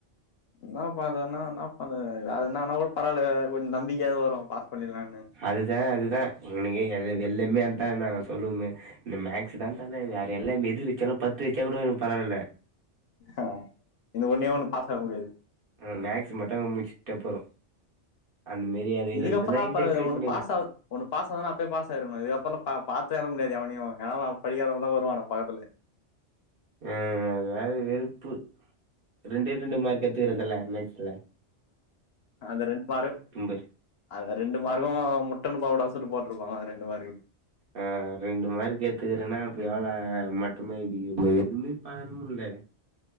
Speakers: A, on the left (about 65°); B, on the right (about 50°).
A: என்ன பண்றதுனா என்னா பண்றது வேற என்னாவோ கூட பராவால்ல கொஞ்சோ நம்பிக்க கூட வரு பாஸ் பண்ணிடலான்னு
B: அதுதா அதுதா இனைக்கு எனக்கு எல்லமே அதா நாங்க சொல்லுவோமே இந்த மேக்ஸ் தா தல வேற எல்லா எது வச்சாலு பத்து வச்சா கூடக்கு பரவால்ல
A: அ இந்த ஒன்னே ஒண்ணு பாஸ் ஆக முடியாது
B: அ மேக்ஸ் மட்டு முட்ச்சுட்ட போது அந்தமேரி அது
A: இதுக்கப்புறோ
B: இல் இதெல்லா
A: என்னா
B: ஈஸியா
A: பண்றது
B: க்ளியர்
A: ஒண்ணு
B: பண்ணிலா
A: பாஸ் ஆவு ஒண்ணு பாஸ் ஆவுனுனா அப்பயே பாஸ் ஆயிருனு இதுக்கப்றல்லா பா பாத்து எழுத முடியாது எவவனையு ஏன்னா படிாக்காதவதா வருவா நம்ம பக்கத்துல
B: ஆ அதல வெறுப்பு ரெண்டே ரெண்டு மார்க் எட்துக்ற தல மேக்ஸ்ஸூல
A: அந்த ரெண்டு மார்க்கு
B: பாரு
A: அந்த ரெண்டு மார்க்கு முட்டன்னு போட கூடாதுன்னு சொல்லி போட்ருப்பாங்க அந்த ரெண்டு மார்க்து
B: அ ரெண்டு மார்க்கு எட்துக்குறேன்னா அப்ப எவ்ளோ மட்டமா எழுதிருக்க பாரு எதுமே பண்ண முட்ல